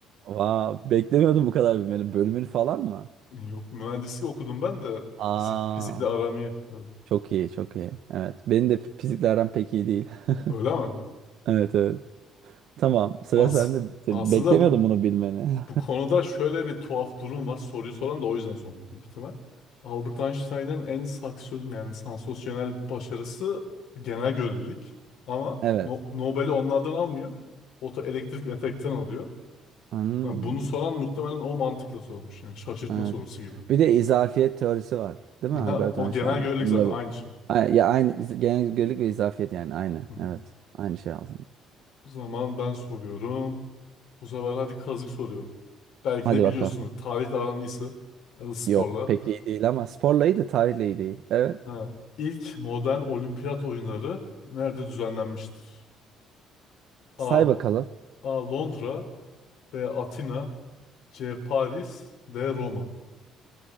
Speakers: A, on the right; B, on the left.
A: Wow, beklemiyordum bu kadar bilmeni. Bölümün falan mı?
B: <laughs> Yok mühendislik okudum ben de
A: Aa,
B: fizik fizikle aram iyi. Evet.
A: çok iyi, çok iyi. Evet. Benim de fiziklerden pek iyi değil. <laughs>
B: Öyle mi?
A: Evet, evet. Tamam, sıra
B: Az.
A: sende. Te-
B: Aslında
A: Beklemiyordum
B: bu
A: bunu bilmeni. <laughs>
B: bu konuda şöyle bir tuhaf durum var. Soruyu soran da o yüzden sormuş büyük ihtimal. Albert Einstein'ın en saksöz yani sansasyonel başarısı genel görelilik. Ama
A: Evet.
B: No- Nobel'i onlardan almıyor. Fotoelektrik efektten alıyor.
A: Hmm,
B: Yani bunu soran muhtemelen o mantıkla sormuş. Yani şaşırtma
A: evet.
B: sorusu gibi.
A: Bir de izafiyet teorisi var. Değil
B: <laughs>
A: mi Albert
B: Ha, o
A: Einstein'ın?
B: genel görelilik
A: Onu
B: zaten
A: da bir.
B: aynı şey.
A: Ay- Ya aynı iz- genelgelik ve izafiyet yani aynı.
B: <laughs>
A: Evet. Aynı şey aslında.
B: O zaman ben soruyorum. Bu sefer hadi kazık soruyorum. Belki
A: Hadi
B: de biliyorsunuz.
A: bakalım.
B: Tarihle aran iyisi. Ya da sporla.
A: Yok pek iyi değil ama sporla iyi de tarihle iyi değil. Evet.
B: Ha. İlk modern olimpiyat oyunları nerede düzenlenmiştir? A.
A: Say bakalım.
B: A. Londra B. Atina C. Paris D. Roma.